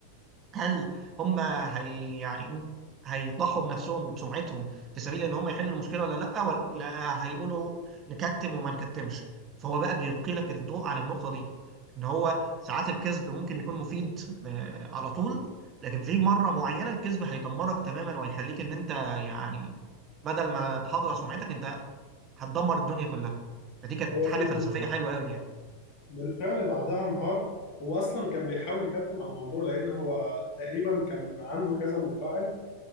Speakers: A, on the right; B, on the left.
A: هل هم هي يعني هيضحوا بنفسهم وبسمعتهم في سبيل ان هم يحلوا المشكله ولا لا ولا هيقولوا نكتم وما نكتمش فهو بقى بيلقي لك الضوء على النقطه دي ان هو ساعات الكذب ممكن يكون مفيد آه، على طول لكن في مره معينه الكذب هيدمرك تماما وهيخليك ان انت يعني بدل ما تحافظ على سمعتك انت هتدمر الدنيا كلها فدي كانت
B: هو
A: حاجه
B: في البلد
A: فلسفيه حلوه قوي يعني
B: بالفعل بعدها انهار هو اصلا كان بيحاول يكتم على الموضوع لان هو تقريبا كان عنده كذا مفاعل